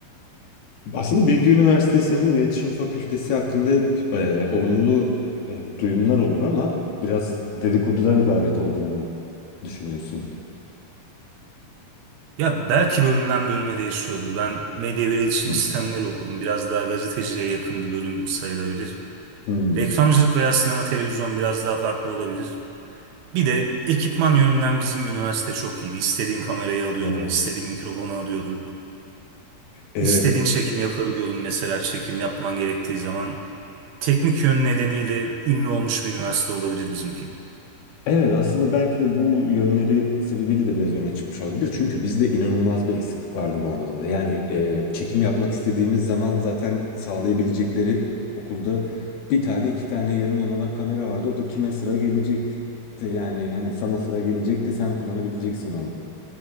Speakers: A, on the left; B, on the right.
A: Aslında Bilgi Üniversitesi'nin iletişim fakültesi hakkında hep e, olumlu e, duyumlar olur ama biraz dedikodudan ibaret olduğunu mu düşünüyorsun?
B: Ya belki bölümden bölüme değişiyordur. Ben medya ve iletişim
A: Hı.
B: sistemleri okudum. Biraz daha gazeteciliğe yakın bir bölüm sayılabilir.
A: Hı.
B: Reklamcılık veya sinema televizyon biraz daha farklı olabilir. Bir de ekipman yönünden bizim üniversite çok iyiydi. İstediğin kamerayı alıyordun,
A: Evet.
B: istediğin mikrofonu alıyordun.
A: Evet.
B: İstediğin çekimi yapabiliyordun mesela çekim yapman gerektiği zaman. Teknik yön nedeniyle ünlü olmuş bir üniversite olabilir bizimki.
A: Evet aslında belki de bu yönleri sebebiyle de biraz öne çıkmış olabilir. Çünkü bizde inanılmaz bir eksiklik vardı bu anlamda. Yani e, çekim yapmak istediğimiz zaman zaten sağlayabilecekleri okulda bir tane iki tane yarım yamalak kamera vardı. O da kime sıra gelecekti yani hani sana sıra gelecekti sen kullanabileceksin onu.